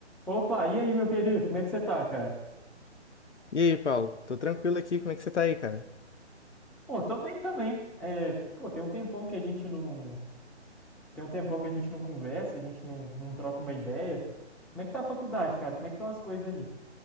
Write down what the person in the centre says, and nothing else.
Opa, e aí, meu querido? Como é que você tá, cara?
Pô, tô bem também. É, pô, tem um tempão que a gente não, tem um tempão que a gente não conversa, a gente não, não troca uma ideia. Como é que tá a faculdade, cara? Como é que estão as coisas aí?